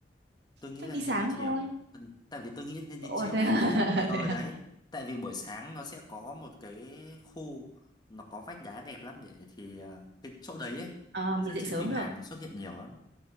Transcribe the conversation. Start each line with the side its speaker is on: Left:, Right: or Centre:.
Left: Tôi nghĩ
Right: chắc
Left: là
Right: đi
Left: nên
Right: sáng
Left: đi chiều.
Right: thôi
Left: Ừ, Tại vì tôi nghĩ là nên
Right: ồ
Left: đi chiều.
Right: thế à?
Left: Ờ
Right: <laughs> thế à?
Left: đấy, tại vì buổi sáng nó sẽ có một cái khu nó có vách đá đẹp lắm để thì ờ, cái chỗ đấy ấy,
Right: À,
Left: thật
Right: mình
Left: ra
Right: dậy
Left: trên
Right: sớm
Left: phim Hàn
Right: được
Left: nó xuất hiện nhiều lắm.